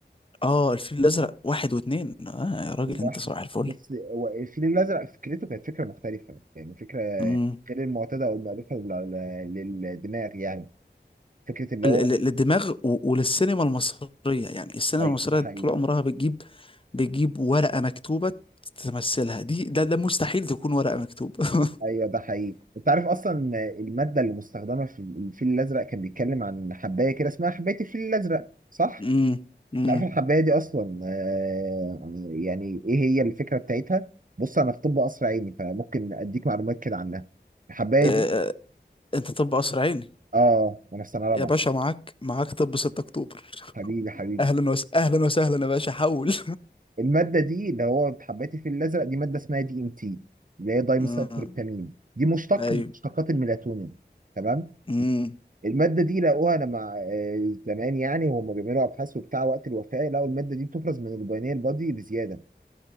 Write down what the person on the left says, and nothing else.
اه الفيل الازرق واحد واتنين اه يا راجل
انت
صباح الفل
امم
ال-
ال- للدماغ و- وللسينما المصرية يعني السينما
المصرية
طول عمرها بتجيب بتجيب ورقة مكتوبة تمثلها دي ده ده مستحيل تكون ورقة مكتوبة <laughs>
امم امم
آه،
انت طب قصر عيني
يا باشا معاك معاك طب 6 اكتوبر
اهلا وس... اهلا وسهلا يا باشا حول
امم
ايوه
امم